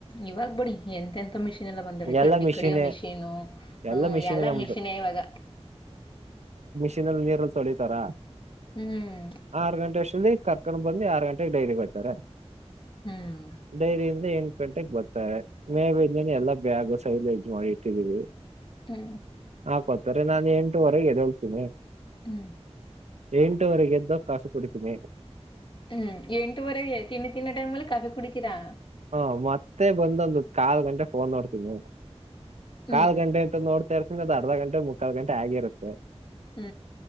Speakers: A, on the left (about 50°); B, on the right (about 80°).
A: ಇವಾಗ್ ಬಡಿ ಎಂತೆ ಎಂತ ಮಿಷಿನ್ ಎಲ್ಲಾ ಬಂದಳ ಕಡ್ಡಿ
B: ಎಲ್ಲಾ ಮಿಷಿನೇ
A: ಕಡಿಯ ಮಿಷಿನ್ ಹೂ
B: ಎಲ್ಲಾ ಮಿಷಿನೇ
A: ಎಲ್ಲ
B: ನಮ್ದು
A: ಮಿಷನ್ ಇವಾಗ
B: ಚ ನೀರಲ್ಲಿ ತೊಳಿತಾರ
A: ಹ್ಮ್
B: ಆರು ಗಂಟೆ ಕರ್ಕೊಂಡ ಬಂದು ಆರು ಗಂಟೆಗೆ ಡೈರಿ ಕೊತಾರೆ
A: ಹ್ಮ್
B: ಡೈರಿ ಎಏನ್ ಗಂಟೆಗೆ ಬರ್ತಾರೆ ಮೇವ ಎಲ್ಲಾ ಬ್ಯಾಗ್ ಸೈಲೇಜ್ ಮಾಡಿ ಇಟ್ಟಿದೀವಿ
A: ಹಾ
B: ಇಪ್ಪತ್ತರೆ ನಾನು ಎಂಟೂುವರೆಗೆದ ಹೋಗಳ್ತೀನಿ
A: ಹೂ
B: ಎಂಟುವರೆಗೆದ್ದೋ ಕಾಫಿ ಕುಡಿತೀನಿ
A: ಹೂ ಎಂಟವರೆಗೆ ತಿನ್ನಿ ತಿನ್ನೋ ಟೈಮ್ಲ್ಲಿ ಕಾಫಿ ಕುಡಿತೀರಾ
B: ಹಾ ಮತ್ತೆ ಬಂದೊಂದು ಕಾಲು ಗಂಟೆ ಫೋನ್ ನೋಡ್ತೀನಿ
A: ಹ್ಮ್
B: ಕಾಲ್ ಗಂಟೆ ಅಂತ ನೋಡ್ತಾ ಇರ್ತೀನಿ ಅದು ಅರ್ಧ ಗಂಟೆ ಮುಕ್ಕಾಲ್ ಗಂಟೆ ಆಗಿರುತ್ತೆ
A: ಹೂ